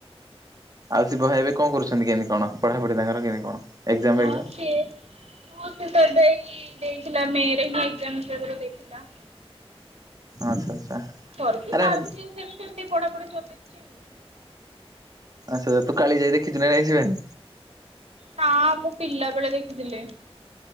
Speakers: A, on the right (about 35°); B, on the right (about 80°).
A: ଆଉ ଶିବ ଭାଇ ଏବେ କଣ କରୁଛନ୍ତି କେମତି କଣ ପଢା ପଢି ତାଙ୍କର କେମତି କଣ? ଏକ୍ଜାମ ଫେକ୍ଜାମ
B: ହଁ ସିଏ ହଁ ସିଏତ ଏବେ ଏଇ ଦେଇଥିଲା ମେ ରେ ହିଁ ଏକ୍ଜାମ <unintelligible> ଦେଇଥିଲା।
A: ଆଚ୍ଛା ଆଚ୍ଛା।
B: କରୁଚି
A: ଆରେ
B: ତାର
A: ଆମେ
B: ବି ସିଏ ବି ଯେମିତି ସେମିତି ପଢାପଢି ଚଲେଇଛି ଆଉ।
A: ଆଚ୍ଛା ତୁ କାଳିଜାଇ ଦେଖିଚୁ ନା ନାଇଁ ଶିବାନି?
B: ନା ମୁଁ ପିଲା ବେଳେ ଦେଖିଥିଲି।